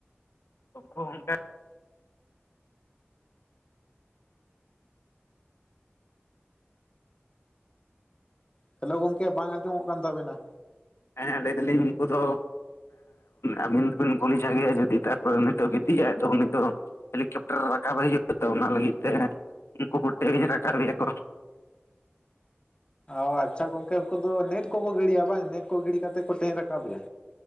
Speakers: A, on the left (about 80°); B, on the left (about 25°).
A: ᱩᱱᱠᱩ ᱦᱚᱸ ᱚᱱᱠᱟ
B: ᱦᱮᱞᱳ ᱜᱚᱢᱠᱮ ᱵᱟᱝ ᱟᱸᱡᱚᱢᱚᱜ ᱠᱟᱱ ᱛᱟᱵᱮᱱᱟ?
A: ᱦᱮᱸ ᱞᱟᱹᱭ ᱫᱟᱞᱤᱧ ᱩᱱᱠᱩ ᱫᱚ ᱟᱵᱤᱱ ᱫᱚᱵᱤᱱ ᱠᱩᱞᱤ ᱠᱚᱜᱮᱭᱟ ᱡᱩᱫᱤ ᱛᱟᱨᱯᱚᱨᱮ ᱱᱤᱛᱚᱜ ᱜᱤᱛᱤᱜ ᱟᱭ ᱛᱚ ᱩᱱᱤ ᱫᱚ ᱦᱮᱞᱤᱠᱮᱯᱴᱟᱨᱮ ᱨᱟᱠᱟᱵᱮ ᱦᱩᱭᱩᱜ-ᱟ᱾ ᱛᱚ ᱚᱱᱟ ᱞᱟᱹᱜᱤᱫ ᱛᱮ ᱩᱱᱠᱩ ᱠᱚ ᱴᱮᱭᱮᱧ ᱨᱟᱠᱟᱵᱮᱭᱟ ᱠᱚ᱾
B: ᱚ ᱟᱪᱪᱷᱟ ᱜᱚᱝᱠᱮ ᱩᱱᱠᱩ ᱫᱚ ᱱᱮᱴ ᱠᱚᱠᱚ ᱜᱤᱰᱤᱭᱟ ᱵᱟᱝ ᱱᱮᱴ ᱠᱚ ᱜᱤᱰᱤ ᱠᱟᱛᱮ ᱠᱚ ᱴᱮᱭᱮᱧ ᱨᱟᱠᱟᱵᱮᱭᱟ᱾